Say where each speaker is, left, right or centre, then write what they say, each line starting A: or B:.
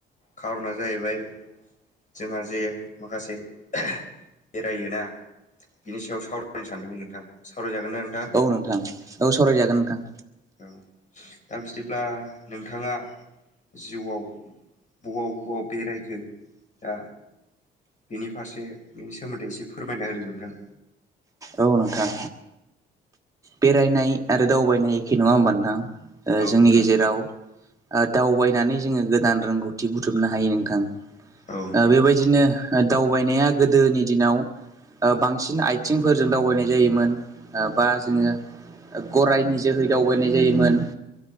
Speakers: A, on the left; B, on the right.
A: खार'ना जाहैबाय जोंहा जे माखासे बेरायोना बिनि सायाव सावरायनो सानदोंमोन नोंथां सावरायजागोन ना नोंथां?
B: औ नोंथां। औ सावरायजागोन नोंथां।
A: औ दा बिदिब्ला नोंथाङा जिउआव बबाव बबाव बेरायखो दा बिनि फारसे बिनि सोमोन्दै एसे फोरमायना होदो नोंथां।
B: औ नोंथां बेरायनाय ओ आरो दावबायनाय एखे नङा होमबा नोंथां? ओ
A: होदो नोंथां औ
B: जोंनि
A: नोंथां
B: गेजेराव ओ दावबायनानै जोङो गोदान रोंगौथि बुथुमनो हायो नोंथां।
A: औ नोंथां
B: ओ बेबाय दिनो दावबायनाया गोदोनि दिनाव बांसिन आइथिंफोर जों दावबायनाय जायोमोन बा जोङो गरायनि जोहै दावबायनाय जायोमोन